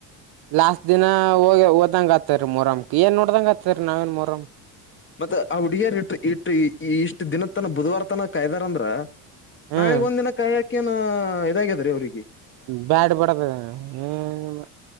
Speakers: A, on the right; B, on the left.
A: ಲಾಸ್ಟ್ ದಿನಾ ಹೋಗ ಓದಂಗ ಆತ್ತರಿ ಮ ಮೂರಮಕ ಏನ್ ನೋಡ್ದಂಗ ಆತ್ತರಿ ಸರ್ ನವೀನ್ ಮೊರಂ
B: ಮತ್ತ ಆ ಹುಡುಗಿಯ ಇ ಇಟ್ಟ ಇಷ್ಟ್ ದಿನ ತನ ಬುಧವಾರ ತನ ಕಾಯ್ದಾರಂದ್ರ
A: ಹ್ಮ್
B: ನಾಿಗ್ ಒಂದಿನ ಕಾಯ ಹಾಕ ಅಕ್ಕನ ಇದಾಗ್ಯದ ರೀ ಅವ್ರರಿಗೆ
A: ಬ್ಯಾಡ್ ಪಡದ ಹ್ಮ